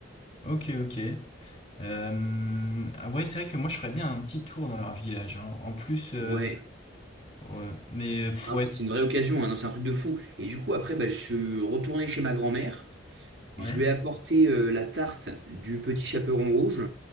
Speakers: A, on the left; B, on the right.
A: Ok, ok. Euh, ah ouais, c'est vrai que moi, je ferais bien un petit tour dans leur village. hein. En plus, euh,
B: Ouais.
A: ouais, mais euh,
B: Non,
A: ouais,
B: mais c'est une vraie occasion, hein. Non, c'est un truc de fou. Et du coup, après, bah, je suis retourné chez ma grand-mère.
A: ouais,
B: Je lui ai apporté euh, la tarte du petit chaperon rouge.